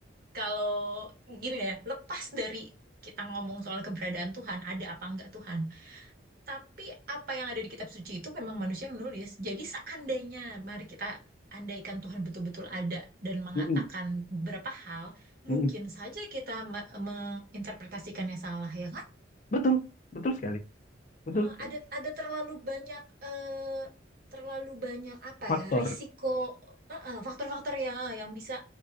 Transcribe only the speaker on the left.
Mm-mm,
mm-mm.
Betul, betul sekali, betul
sekali.
Faktor,